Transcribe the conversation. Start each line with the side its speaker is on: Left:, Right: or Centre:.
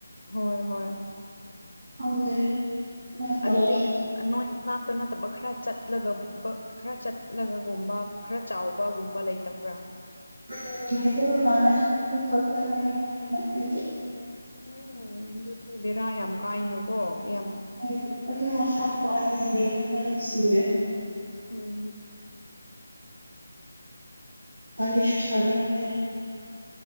Left: ꯍꯣꯏ ꯍꯣꯏ
Right: ꯈꯪꯗꯦ ꯃꯥ ꯇꯧꯋꯦ
Left: ꯑꯗꯨꯗꯤ ꯅꯣꯏ ꯀꯥꯡꯇ ꯅꯠꯇꯕ ꯈꯔ ꯆꯠꯂꯒ ꯕꯛ ꯈꯔ ꯆꯠꯂꯒꯒꯨꯝꯕ ꯈꯔ ꯆꯥꯎꯕꯒꯨꯝꯕ ꯂꯩꯇꯕ꯭ꯔꯥ
Right: ꯎꯝ ꯂꯩꯇꯕ ꯃꯥꯂ‌ꯦ ꯑꯗꯨ ꯈꯛ ꯇꯅ‌ꯦ ꯑꯩ ꯈꯪꯕꯥꯗꯤ
Left: ꯎꯝ ꯑꯗꯨꯗꯤꯕ‌ꯦꯔꯥ ꯌꯥꯝ ꯀꯥꯏꯅꯀꯣ ꯌꯥꯝ
Right: ꯎꯝ ꯑꯗꯨ ꯃꯁꯛꯇꯣ ꯑꯩ ꯌ‌ꯦꯡꯅꯤꯡ ꯗꯕꯅꯥ ꯁꯤꯔ‌ꯦ
Left: ꯎꯝ
Right: ꯋꯥꯔꯤꯁꯨ ꯁꯥꯅꯤꯡꯗ‌ꯦ